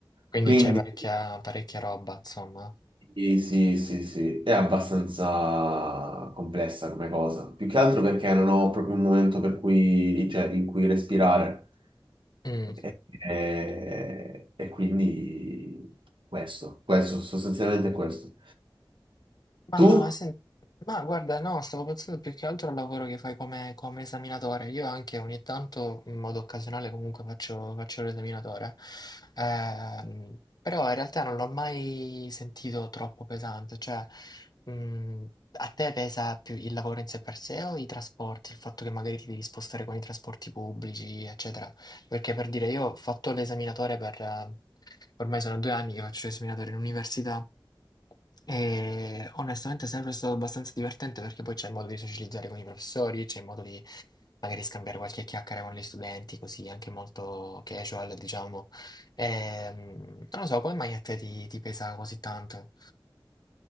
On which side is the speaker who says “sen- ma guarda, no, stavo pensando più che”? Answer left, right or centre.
Left